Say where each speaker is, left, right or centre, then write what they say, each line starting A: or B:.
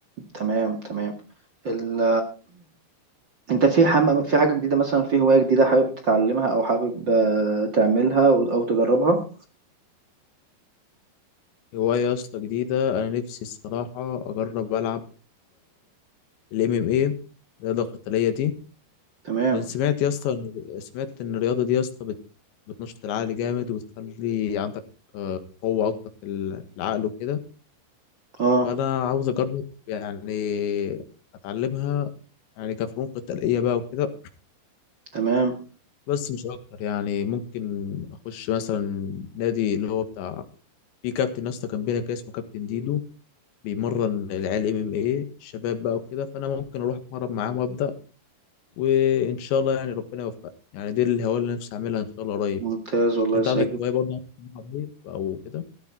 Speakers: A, on the right; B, on the left.
A: تمام تمام ال... أنت في حم... في حاجة جديدة مثلا في هواية جديدة حابب تتعلمها أو حابب آه، تعملها أو أو تجربها
B: هوايه يا اسطى جديده انا نفسي الصراحه اجرب العب الام ام ايه الرياضه القتاليه دي
A: تمام
B: انا سمعت يا اسطى إن- سمعت ان الرياضه دي يا اسطى بت- بتنشط العقل جامد وبتخلي عندك آه، قوه اكتر في ال- العقل وكده
A: أه
B: فانا عاوز اجرب يعني اتعلمها يعني كفنون قتاليه بقى وكده
A: تمام
B: بس مش اكتر يعني ممكن اخش مثلا نادي اللي هو بتاع في كابتن يا اسطى كان بينا كده اسمه كابتن ديدو بيمرن العيال ام ام ايه الشباب بقى وكده فانا ممكن اروح اتمرن معاهم وابدا وان شاء الله يعني ربنا يوفقني يعني دي الهوايه اللي نفسي اعملها ان شاء الله قريب
A: ممتاز والله
B: انت
A: يا ساجد
B: عندك هوايه برضه عايز تعملها قريب او كده